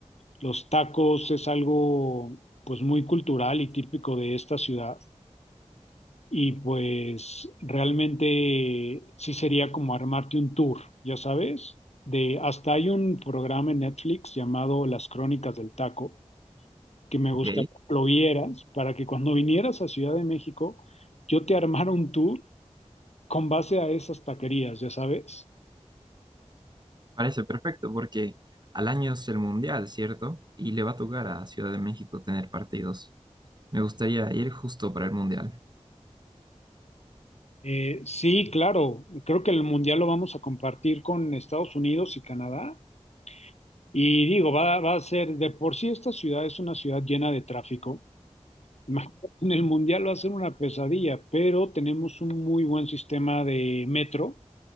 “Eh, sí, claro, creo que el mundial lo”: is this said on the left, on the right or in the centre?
Left